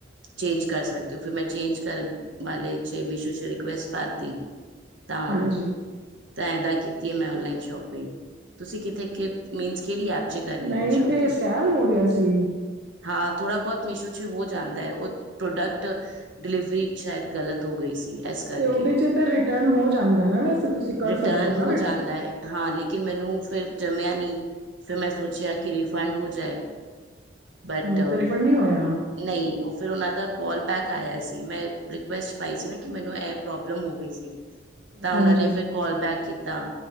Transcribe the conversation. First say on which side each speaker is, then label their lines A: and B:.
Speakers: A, on the right (about 80°); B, on the right (about 60°).
A: ਚੇਂਜ ਕਰ ਸਕਦੇ ਹੋ, ਫਿਰ ਮੈਂ ਚੇਂਜ ਕਰਨ ਵਾਲੇ ਚ ਮੀਸ਼ੂ ਚ ਰਿਕੁਸਟ ਪਾਤੀ, ਤਾਂ
B: ਹਾਂਜੀ
A: ਤਾਂ ਇੱਦਾਂ ਹੀ ਕੀਤੀ ਹੈ, ਮੈਂ ਔਨਲਾਈਨ ਸ਼ੋਪਿੰਗ ਤੁਸੀਂ ਕਿੱਥੇ ਕਿ ਮੀਨਸ ਕਿਹੜੀ ਐਪ। 'ਚ ਕਰਨੀ
B: ਨਹੀਂ
A: ਹੈ ਸ਼ੋਪਿੰਗ
B: ਤੇ ਸਕੈਮ ਹੋ ਗਿਆ ਸੀ।
A: ਹਾਂ ਥੋੜ੍ਹਾ ਬਹੁਤ ਮੀਸ਼ੋ ਚ ਹੋ ਜਾਂਦਾ ਹੈ, ਉਹ ਪ੍ਰੋਡਕਟ ਡਿਲੀਵਰੀ ਸ਼ਾਇਦ ਗ਼ਲਤ ਹੋ ਗਈ ਸੀ, ਇਸ ਕਰਕੇ
B: ਤੇ ਉਹਦੇ ਚ ਤੇ ਰਿਟਰਨ ਹੋ ਜਾਂਦਾ ਨਾ, ਵੈਸੇ ਤੁਸੀਂ ਕਰ
A: ਰਿਟਰਨ
B: ਸਕਦੇ ਹੋ ਨਾ ਰਿਟਰਨ
A: ਜਾਂਦਾ ਹੈ ਹਾਂ ਲੇਕਿਨ ਮੈਨੂੰ ਫਿਰ ਜੰਮਿਆ ਨਹੀਂ, ਫਿਰ ਮੈਂ ਸੋਚਿਆ ਕਿ ਰੀਫੰਡ ਹੋ ਜਾਏ ਬਟ
B: ਹਮ ਤੇ ਰਿਫੰਡ ਨਹੀਂ ਹੋਇਆ
A: ਨਹੀਂ ਉਹ ਫਿਰ ਉਹਨਾਂ ਦਾ ਕੋਲ ਬੈਕ ਆਇਆ ਸੀ, ਮੈਂ ਰਿਕੁਐਸਟ ਪਾਈ ਸੀ ਨਾ ਕਿ ਮੈਨੂੰ ਇਹ ਪ੍ਰੋਬਲਮ ਹੋ ਗਈ ਸੀ। ਤਾਂ
B: ਹਾਂਜੀ
A: ਉਹਨਾ ਨੇ ਫਿਰ ਕਾਲ ਬੈਕ ਕੀਤਾ